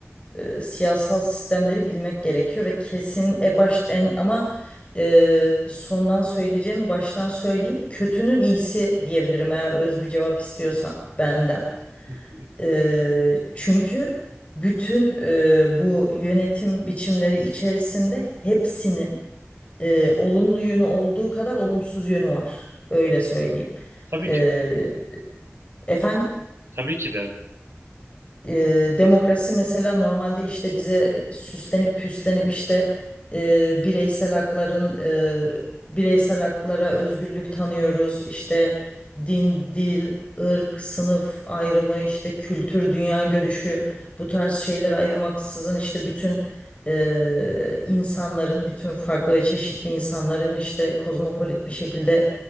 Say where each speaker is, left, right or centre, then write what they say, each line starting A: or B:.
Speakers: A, on the left (about 30°); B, on the right (about 70°).
A: e, siyasal sistemleri bilmek gerekiyor ve kesin e, baş en ama e, sondan söyleyeceğimi baştan söyleyeyim. Kötünün iyisi diyebilirim eğer öz bir cevap istiyorsan benden.
B: Hı hı.
A: E, çünkü bütün e, bu yönetim biçimleri içerisinde hepsinin e, olumlu yönü olduğu kadar olumsuz yönü var. Öyle söyleyeyim.
B: Tabii
A: E,
B: ki de.
A: efendim?
B: Tabii ki de.
A: e, demokrasi mesela normalde işte bize süslenip püslenip işte e, bireysel hakların e, bireysel haklara özgürlük tanıyoruz. İşte din, dil, ırk, sınıf ayrımı, işte kültür, dünya görüşü bu tarz şeyleri ayırmaksızın işte bütün e, insanların, bütün farklı ve çeşitli insanların işte kozmopolit bir şekilde